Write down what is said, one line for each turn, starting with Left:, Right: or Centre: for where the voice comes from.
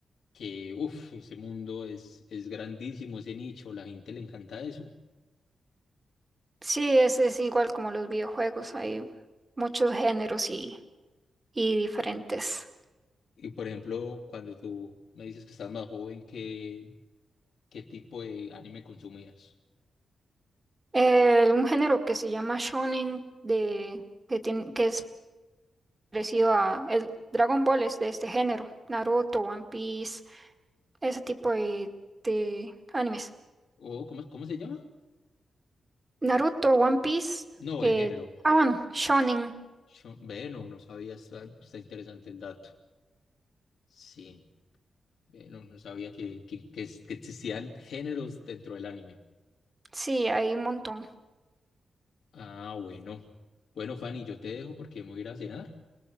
Left: que, uff, ese mundo es, es grandísimo, ese nicho, la gente le encanta eso.
Right: sí, es, es igual como los videojuegos, hay muchos géneros y, y diferentes.
Left: Y por ejemplo, cuando tú me dices que estás más joven, ¿qué, qué tipo de anime consumías?
Right: Eh, un género que se llama shonen, de, que, tiene- que es parecido a el Dragon Ball es de este género, Naruto, One Piece, ese tipo de, de animes.
Left: ¿O cómo, cómo se llama?
Right: Naruto, One Piece,
Left: No,
Right: eh,
Left: el género.
Right: ah bueno, Shonen,
Left: Yo, ve, no, no sabía, está, está interesante el dato. Sí, Ve, no, no sabía que, que, que es- que existían géneros dentro del anime.
Right: sí, hay un montón.
Left: Ah, bueno. Bueno, Fanny, yo te dejo porque me voy a ir a cenar.